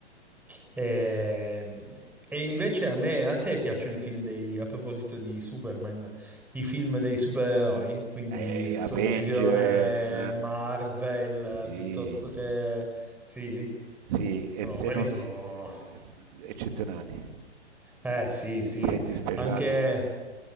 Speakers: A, in the centre; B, on the right.
A: E, e invece a me, a te piacciono i film dei, a proposito di Superman, i film dei supereroi? Quindi
B: Ehi,
A: tutto
B: Avengers.
A: il girone Marvel,
B: Sì.
A: eh, piuttosto che... Sì?
B: Sì, e
A: Sono,
B: se
A: quelli
B: non...
A: sono...
B: s- eh, s- eccezionali.
A: Eh sì, sì.
B: Effetti speciali.
A: Anche...